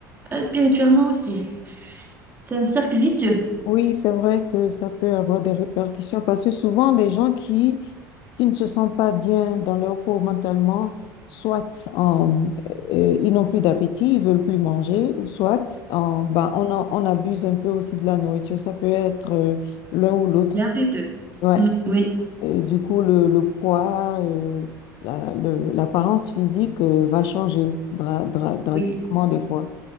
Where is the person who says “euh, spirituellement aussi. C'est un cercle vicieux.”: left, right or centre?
Right